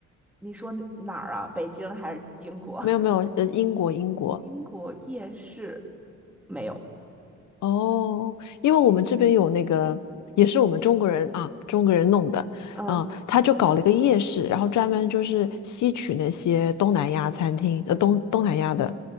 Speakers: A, in the centre; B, on the left.
A: 你说哪儿啊？北京还是英国？
B: 没有没有，呃，英国英国，
A: <laughs> 英国夜市没有。
B: 哦，因为我们这边有那个，也是我们中国人啊，中国人弄的，
A: 嗯，
B: 嗯，他就搞了一个夜市，然后专门就是吸取那些东南亚餐厅，呃，东东南亚的，